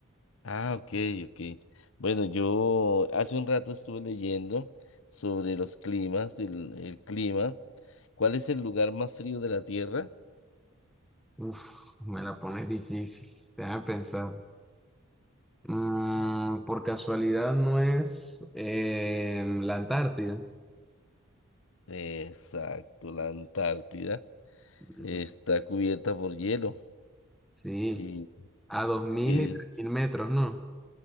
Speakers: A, on the left (about 65°); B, in the centre.
A: Ah, ok, ok. Bueno, yo hace un rato estuve leyendo sobre los climas, del, el clima. ¿Cuál es el lugar más frío de la Tierra?
B: Uf, me la pones difícil. Déjame pensar. Mm, por casualidad no es em, la Antártida.
A: Exacto, la Antártida.
B: Mm,
A: Está cubierta por hielo.
B: Sí.
A: Y,
B: A dos mil
A: y
B: y tres
A: es...
B: mil metros, ¿no?